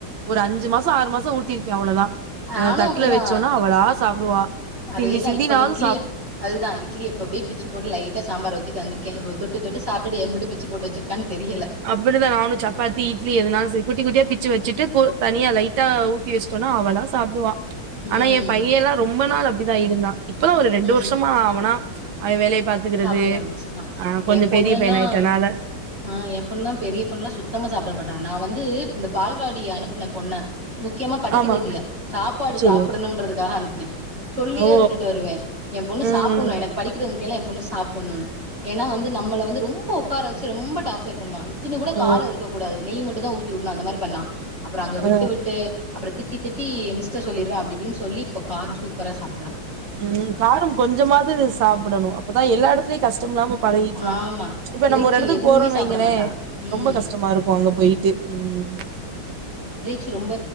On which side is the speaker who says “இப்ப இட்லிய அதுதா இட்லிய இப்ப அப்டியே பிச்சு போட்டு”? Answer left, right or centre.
Right